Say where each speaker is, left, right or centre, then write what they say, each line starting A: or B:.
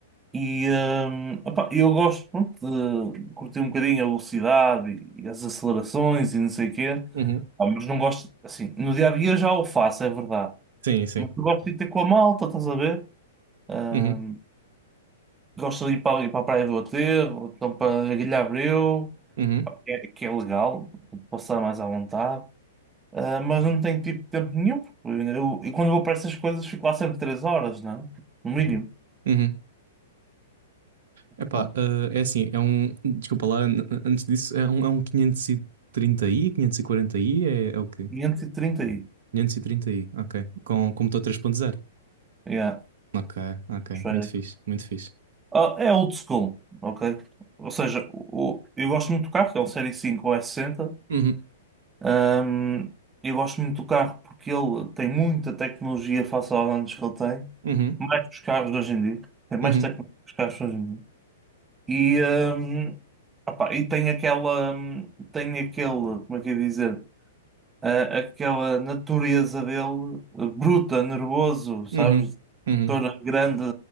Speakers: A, on the right; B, on the right.
A: e hum, opá, eu gosto pronto, de curtir um bocadinho a velocidade e, e as acelerações e não sei o quê.
B: uhum.
A: Ah, mas não gosto, assim, no dia a dia eu já o faço, é verdade.
B: Sim, sim.
A: Mas eu gosto de ir ter com a malta, estás a ver? Ahm,
B: Uhum,
A: gosto de ir para, ali para a Praia do Aterro, ou então para a Ilha Abreu,
B: uhum,
A: pá, que é, que é legal, passar mais à vontade. Ah, mas não tenho tipo tempo nenhum, porque eu, e quando vou para essas coisas fico lá sempre 3 horas, não é? No mínimo.
B: uhum. Epá,
A: Pá,
B: ah, é assim, é um. Desculpa lá, an- antes disso, é um, é um quinhentos e trinta i quinhentos e quarenta i é, é o quê?
A: 530 aí.
B: quinhentos e trinta i ok. Com computador três ponto zero
A: Yeah,
B: Ok, ok.
A: esférico.
B: Muito fixe, muito fixe.
A: Ah, é old school, ok? Ou seja, o, o- eu gosto muito do carro, que é um Série 5 ou S60.
B: Uhum,
A: Ahm, eu gosto muito do carro porque ele tem muita tecnologia face aos anos que ele tem,
B: uhum,
A: mais que os carros de hoje em dia, tem mais
B: uhum,
A: tecnologia que os carros de hoje em dia. E, ahm, opá, e tem aquela, hum, tem aquele, como é que eu ia dizer, Ah, aquela natureza dele, eh, bruta, nervoso, sabes,
B: uhum, uhum.
A: toda grande,